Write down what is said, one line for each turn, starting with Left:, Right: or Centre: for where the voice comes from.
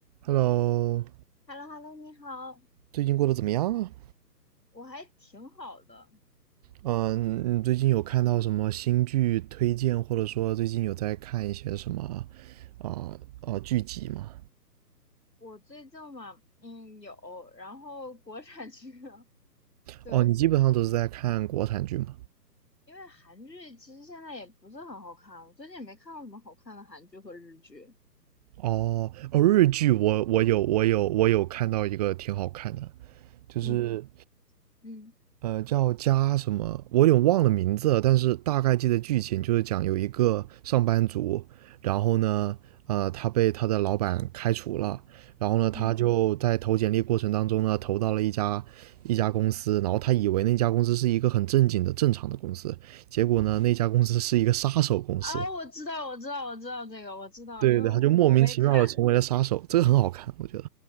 Right: Hello，
Left: h e l l o h e l l o 你好，
Right: 最近过得怎么样啊？
Left: 我还挺好的。
Right: 嗯，你最近有看到什么新剧推荐，或者说最近有在看一些什么啊啊、呃剧集吗？
Left: 我最近嘛，嗯，有，然后国产剧啊 <laughs> 对，
Right: 哦，你基本上都是在看国产剧吗？
Left: 因为韩剧其实现在也不是很好看，我最近也没看到什么好看的韩剧和日剧。
Right: 哦哦，日剧我我有我有我有看到一个挺好看的，就是
Left: 嗯嗯
Right: 呃，叫加什么？我有点忘了名字了，但是大概记得剧情，就是讲有一个上班族，然后呢，呃，他被他的老板开除了，然后呢，他就在投简历过程当中呢，
Left: 嗯，
Right: 投到了一家一家公司，然后他以为那家公司是一个很正经的正常的公司，结果呢，那家公司是一个杀手公司，
Left: 啊，我知道，我知道，我知道这个，我知道，
Right: 对对对，
Left: 因为我我没看，
Right: 他就莫名其妙的成为了杀手，这个很好看，我觉得。